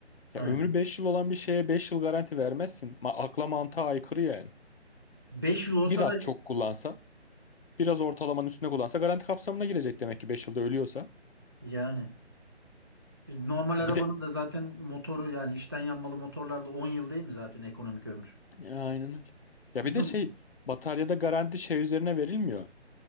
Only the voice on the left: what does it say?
Ya
ömrü 5 yıl olan bir şeye 5 yıl garanti vermezsin. Ma akla mantığa aykırı yani.
Biraz
çok kullansa. Biraz ortalamanın üstüne kullansa garanti kapsamına girecek demek ki 5 yılda ölüyorsa.
Bir de
aynen öyle. Ya
bir de
şey bataryada garanti şey üzerine verilmiyor.